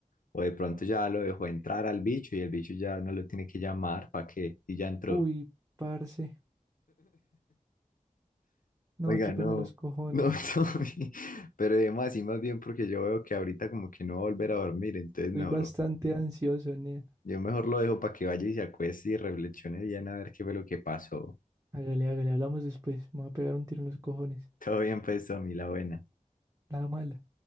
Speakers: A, on the left; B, on the right.
A: O de pronto ya lo dejó entrar al bicho y el bicho ya no lo tiene que llamar para que y ya entró.
B: Uy, parce. No,
A: Oiga,
B: chúpeme
A: no,
B: los cojones.
A: no, <laughs> Tommy, pero además así más bien porque yo veo que ahorita como que no va a volver a dormir, entonces
B: Estoy
A: mejor,
B: bastante ansioso, nea.
A: yo mejor lo dejo para que vaya y se acueste y reflexione bien a ver qué fue lo que pasó.
B: Hágale, hágale, hablamos después. Me voy a pegar un tiro en los cojones.
A: <laughs> Todo bien pues, Tommy, la buena.
B: La mala.